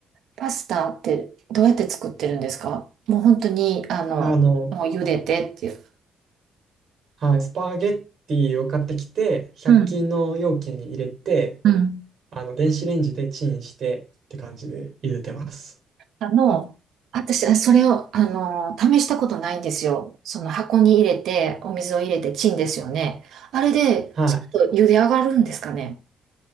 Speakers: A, on the right (about 75°); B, on the right (about 55°).
A: パスタってどうやって作ってるんですかもう本当に、あの、
B: あの、
A: もう茹でてっていう。
B: はい、スパゲッティを買ってきて、100均の容器に入れて、
A: うん、うん。
B: あの、電子レンジでチンしてって感じで茹でてます。
A: あの、私、それを、あの、試したことないんですよ。その箱に入れて、お水を入れてチンですよね。あれで、
B: はい。
A: ちょっと茹で上がるんですかね。